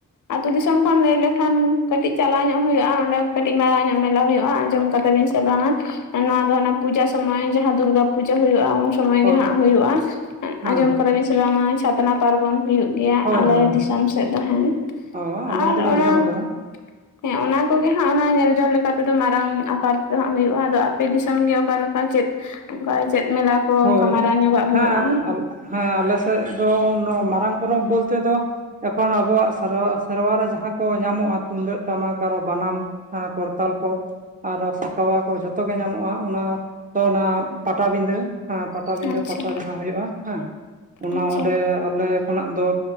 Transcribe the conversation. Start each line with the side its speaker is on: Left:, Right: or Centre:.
Left: ᱟᱛᱩ ᱫᱤᱥᱚᱢ ᱠᱷᱚᱱ ᱞᱟᱹᱭ ᱞᱮᱠᱷᱟᱱ ᱠᱟᱹᱴᱤᱡ ᱪᱟᱞᱟᱣ ᱧᱚᱜ ᱦᱩᱭᱩᱜᱼᱟ, ᱚᱸᱰᱮ ᱠᱟᱹᱴᱤᱡ ᱢᱟᱨᱟᱝ ᱧᱚᱜ ᱢᱮᱞᱟ ᱦᱩᱭᱩᱜᱼᱟ ᱟᱸᱡᱚᱢ ᱠᱟᱫᱟ ᱵᱤᱱ ᱥᱮ ᱵᱟᱝᱟ᱾ ᱱᱚᱣᱟ ᱫᱚ ᱚᱱᱟ ᱯᱩᱡᱟ ᱥᱚᱢᱚᱭ ᱡᱟᱦᱟᱸ ᱫᱩᱨᱜᱟ ᱯᱩᱡᱟᱹ ᱦᱩᱭᱩᱜᱼᱟ ᱩᱱ ᱥᱚᱢᱚᱭ ᱜᱮ
Right: ᱦᱳᱭ
Left: ᱦᱟᱸᱜ ᱦᱩᱭᱩᱜᱼᱟ᱾
Right: ᱦᱮᱸ
Left: ᱟᱸᱡᱚᱢ ᱠᱟᱫᱟ ᱵᱤᱱ ᱥᱮ ᱵᱟᱝᱟ ᱪᱷᱟᱛᱱᱟ ᱯᱟᱨᱵᱚᱱ ᱦᱩᱭᱩᱜ ᱜᱮᱭᱟ
Right: ᱦᱳᱭ
Left: ᱟᱞᱮ
Right: ᱦᱳᱭ
Left: ᱫᱤᱥᱚᱢ
Right: ᱦᱳᱭ
Left: ᱥᱮᱫ ᱫᱚ ᱦᱮᱸ,
Right: ᱚ
Left: ᱟᱨ
Right: ᱟᱸᱡᱚᱢ ᱫᱚᱞᱤᱧ
Left: ᱚᱱᱟ
Right: ᱟᱸᱡᱚᱢ ᱟᱠᱟᱫᱟ
Left: ᱦᱮᱸ ᱚᱱᱟ ᱠᱚᱜᱮ ᱦᱟᱸᱜ ᱚᱱᱟ ᱧᱮᱞ ᱡᱚᱝ ᱞᱮᱠᱟ ᱛᱮᱫᱚ ᱢᱟᱨᱟᱝ ᱟᱠᱟᱨ ᱛᱮᱫᱚ ᱦᱟᱸᱜ ᱦᱩᱭᱩᱜᱼᱟ, ᱟᱫᱚ ᱟᱯᱮ ᱫᱤ ᱥᱚᱢ ᱜᱮ ᱚᱠᱟ ᱞᱮᱠᱟ ᱪᱮᱫ, ᱚᱝᱠᱟ ᱪᱮᱫ ᱢᱮᱞᱟ ᱠᱚ
Right: ᱦᱳᱭ
Left: ᱚᱝᱠᱟ ᱢᱟᱨᱟᱝ ᱧᱚᱜᱚᱜ ᱦᱩᱭᱩᱜᱼᱟ?
Right: ᱦᱮᱸ ᱟᱞ- ᱦᱮᱸ ᱟᱞᱮ ᱥᱮᱜ ᱫᱚ ᱱᱚ ᱢᱟᱨᱟᱝ ᱯᱚᱨᱚᱵᱽ ᱵᱚᱞᱛᱮ ᱫᱚ ᱮᱠᱷᱚᱱ ᱟᱵᱚᱣᱟᱜ ᱥᱟᱨᱚᱣᱟ ᱥᱮᱨᱣᱟᱨ ᱨᱮ ᱡᱟᱦᱟᱸ ᱠᱚ ᱧᱟᱢᱚᱜᱼᱟ ᱛᱩᱢᱫᱟᱹᱜ, ᱴᱟᱢᱟᱠ ᱟᱨᱚ ᱵᱟᱱᱟᱢ ᱠᱚᱨᱛᱟᱞ ᱠᱚ, ᱟᱨᱚ ᱥᱟᱠᱟᱣᱟ ᱠᱚ ᱡᱚᱛᱚ ᱜᱮ ᱧᱟᱢᱚᱜᱼᱟ ᱚᱱᱟ, ᱛᱚ ᱚᱱᱟ ᱯᱟᱴᱟᱵᱤᱸᱫᱟᱹ ᱾ ᱦᱮᱸ ᱯᱟᱛᱟᱵᱤᱸᱫᱟᱹ
Left: ᱟᱪᱪᱷᱟ
Right: ᱯᱟᱛᱟ ᱡᱟᱦᱟᱸ ᱦᱩᱭᱩᱜᱼᱟ ᱦᱮᱸ ᱞ, ᱚᱱᱟ
Left: ᱟᱪᱪᱷᱟ
Right: ᱚᱸᱰᱮ ᱟᱞᱮ ᱠᱷᱚᱱᱟᱜ ᱫᱚ